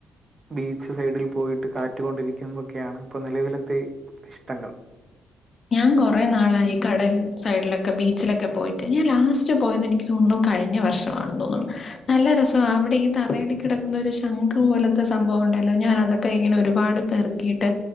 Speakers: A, on the right (about 35°); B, on the left (about 40°).
A: ബീച്ച് സൈഡിൽ പോയിട്ട് കാറ്റു കൊണ്ടിരിക്കുതൊക്കെയാണ് ഇപ്പൊ നിലവിലത്തെ ഇഷ്ടങ്ങൾ
B: ഞാൻ കുറെ നാളായി ഈ കടൽ സൈഡിലൊക്കെ ബീച്ചിലൊക്കെ പോയിട്ട് ഞാൻ ലാസ്റ്റ് പോയത് എനിക്ക് തോന്നുന്നു കഴിഞ്ഞ വർഷമാണെന്ന് തോന്നുന്നു നല്ല രസമാ അവിടെ ഈ തറേല് കിടക്കുന്ന ഒരു ശംഖ് പോലത്തെ സംഭവം ഉണ്ടല്ലോ ഞാൻ അതൊക്കെ ഇങ്ങനെ ഒരുപാട് പെറുക്കിട്ട്